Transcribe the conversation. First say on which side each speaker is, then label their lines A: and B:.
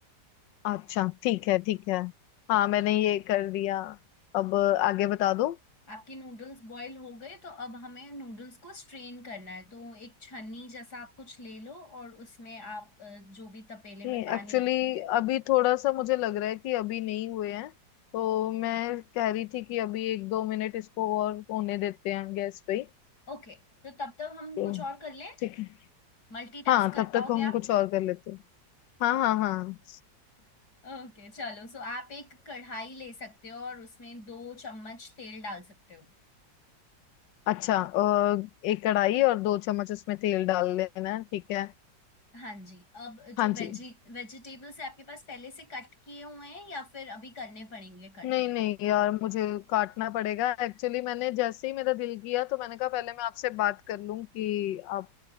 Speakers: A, on the left; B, on the left.
A: अच्छा ठीक है ठीक है हाँ मैंने ये कर दिया अब आगे बता दो
B: आपके नूडल्स बॉईल हो गए तो अब हमें नूडल्स को स्ट्रेन करना है तो एक छन्नी जैसा आप कुछ ले लो और उसमें आप अ, जो भी तपेले
A: नहीं
B: में पानी
A: एक्चुअली अभी थोड़ा सा मुझे लग रहा है कि अभी नहीं हुए हैं तो मैं कह रही थी कि अभी एक दो मिनट इसको और होने देते हैं गैस पे ही
B: ओके तो तब तक हम
A: तो
B: कुछ और कर लें
A: ठीक है
B: मल्टीटास्क
A: हाँ
B: कर
A: तब
B: पाओगे
A: तक हम
B: आप
A: कुछ और कर लेते हैं हाँ हाँ हाँ
B: ओके चलो सो आप एक कढ़ाई ले सकते हो और उसमें दो चम्मच तेल डाल सकते हो
A: अच्छा अ, एक कढ़ाई और दो चम्मच उसमें तेल डाल लेना है, ठीक है
B: हाँ जी अब जो
A: हाँ
B: वेजी
A: जी
B: वेजिटेबल्स है आपके पास पहले से कट किए हुए हैं या फिर अभी करने पड़ेंगे कट
A: नहीं नहीं यार मुझे काटना पड़ेगा एक्चुअली मैंने जैसे ही मेरा दिल किया तो मैंने कहा पहले मैं आपसे बात कर लूं कि आप